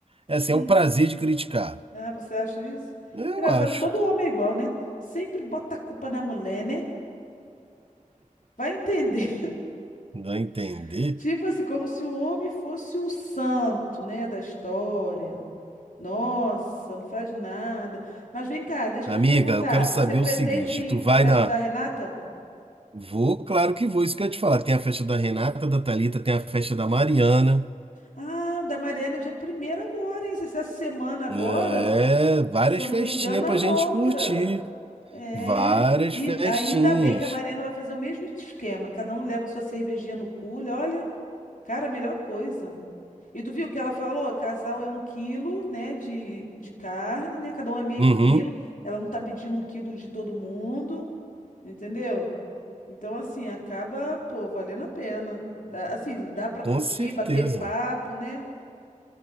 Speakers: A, on the right (about 45°); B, on the left (about 75°).
A: É assim,
B: Hum.
A: é o prazer de criticar.
B: Ah, você acha isso?
A: Eu
B: Engraçado
A: acho,
B: que todo homem é igual, né? Sempre bota a culpa na mulher, né? Vai entender.
A: dá a entender.
B: <laughs> Tipo assim, como se o homem fosse o santo, né, da história. Nossa, não faz nada. Mas vem cá, deixa
A: Amiga,
B: eu te perguntar.
A: eu quero saber
B: Você pretende
A: o seguinte,
B: ir
A: tu
B: para
A: vai
B: a festa
A: na
B: da Renata?
A: Vou, claro que vou, isso que eu ia te falar. Tem a festa da Renata, da Thalita, tem a festa da Mariana.
B: Ah, o da Mariana é dia primeiro agora, hein? Se essa semana agora,
A: É, várias
B: se eu
A: festinhas
B: não me engano,
A: pra
B: a
A: gente
B: outra.
A: curtir.
B: É,
A: Várias
B: e
A: festinhas.
B: ainda bem que a Mariana vai fazer o mesmo esquema. Cada um leva a sua cervejinha no cooler. Olha, cara, a melhor coisa. E tu viu o que ela falou? Casal é um quilo, né, de, de carne, né? Cada um é meio
A: Uhum,
B: quilo. Ela não tá pedindo um quilo de todo mundo, entendeu? Então, assim, acaba, pô, valendo a pena. Dá- assim, dá pra
A: com
B: curtir,
A: certeza.
B: bater papo, né?